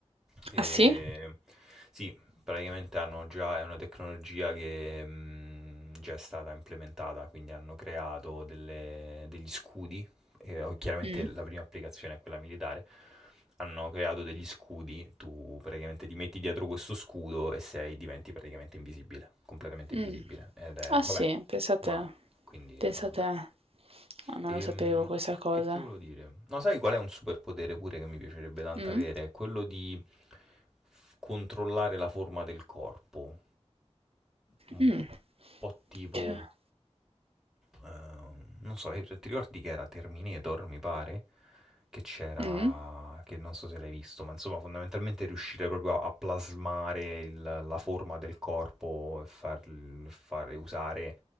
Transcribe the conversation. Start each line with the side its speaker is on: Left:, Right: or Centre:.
Centre: E...
Right: Ah sì?
Centre: Sì, Praticamente hanno già, è una tecnologia che mh, già è stata implementata, quindi hanno creato delle- degli scudi, e, oh, chiaramente
Right: Mm.
Centre: la prima applicazione è quella militare, hanno creato degli scudi, tu praticamente ti metti dietro questo scudo e sei, diventi praticamente invisibile, completamente invisibile.
Right: Mm.
Centre: Ed è,
Right: Ah sì,
Centre: vabbè,
Right: pensate,
Centre: ma quindi
Right: pensate,
Centre: vabbè.
Right: ah, non
Centre: Ehm,
Right: lo sapevo questa cosa.
Centre: che ti volevo dire? No, sai qual è un superpotere pure che mi piacerebbe tanto
Right: Mm,
Centre: avere? Quello di f- controllare la forma del corpo un
Right: mm,
Centre: po' tipo...
Right: cioè,
Centre: ehm, non so, eh, ti ricordi che era Terminator, mi pare? Che c'era...
Right: mm.
Centre: che non so se l'hai visto, ma insomma fondamentalmente riuscire proprio a, a plasmare il- la forma del corpo e far, fare usare